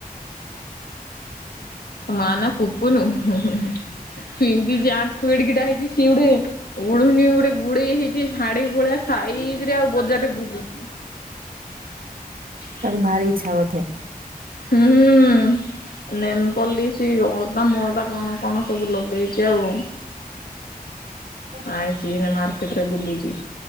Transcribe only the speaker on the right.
ତାକୁ ଭାରି ଇଚ୍ଛା ବଧେ।
ହ